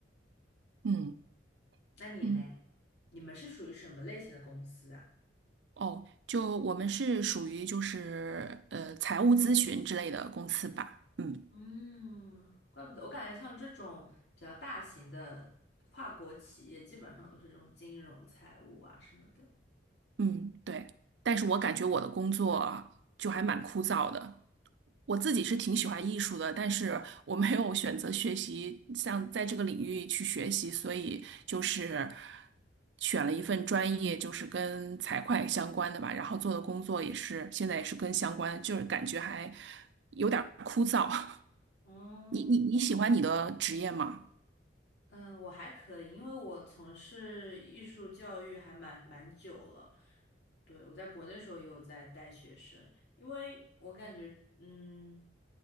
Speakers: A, on the right; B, on the left.
A: 嗯
B: 那你嘞？
A: 嗯，
B: 你们是属于什么类型的公司啊？
A: 哦，就我们是属于就是呃财务咨询之类的公司吧，嗯。
B: 嗯，怪不得，我感觉像这种比较大型的跨国企业，基本上都是这种金融、财务啊什么的。
A: 嗯，对，但是我感觉我的工作就还蛮枯燥的。我自己是挺喜欢艺术的，但是我没有选择学习，像在这个领域去学习，所以就是选了一份专业，就是跟财会相关的吧。然后做的工作也是现在也是跟相关，就是感觉还有点儿枯燥。<laughs>
B: 嗯。
A: 你你你喜欢你的职业吗？
B: 嗯，我还可以，因为我从事艺术教育还蛮蛮久了。对，我在国内时候也有在带学生，因为我感觉，嗯，